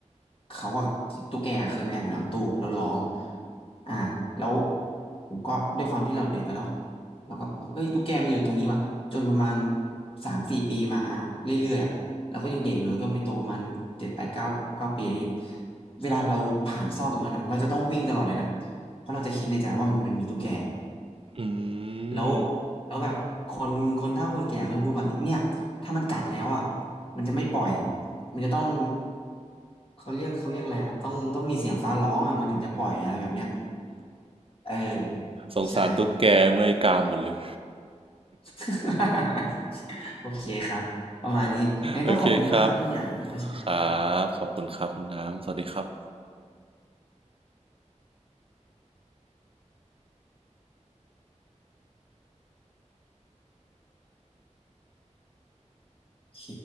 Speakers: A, on the left; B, on the right.
A: เขาว่าตุ๊กแกเคยมาแอบอยู่หลังตู้แล้วร้องอ่าแล้วผมก็ด้วยความที่เราเด็กกันเนาะเราก็เอ้ยตุ๊กแกมันอยู่ตรงนี้ว่ะจนประมาณสามสี่ปีมาเรื่อยๆอ่ะเราก็ยังเด็กอยู่แล้วก็ไม่โตประมันเจ็ดแปดเก้าเก้าปีอะไรเงี้ยเวลาเราผ่านซอกตรงนั้นอ่ะเราจะต้องวิ่งตลอดเลยนะเพราะเราจะคิดในใจว่ามันมีตุ๊กแก
B: อื
A: แล้ว
B: ม
A: แล้วแบบคนคนเฒ่าคนแก่เขาจะพูดว่าเนี่ยเนี่ยถ้ามันกัดแล้วอ่ะมันจะไม่ปล่อยมันจะต้องเขาเรียกเขาเรียกอะไรอะต้องต้องมีเสียงฟ้าร้องอ่ะมันถึงจะปล่อยอะไรแบบเนี้ยเออ
B: สงสารตุ๊กแกเมื่อยกามหมดเลย
A: ใช่ <laughs> โอเคครับประมาณนี้งั้นก็ขอบคุณมากครับคุณหยางที่มาแชร์กันวันนี้
B: โอเคครับครับขอบคุณครับคุณน้ำสวัสดีครับ
A: โอเค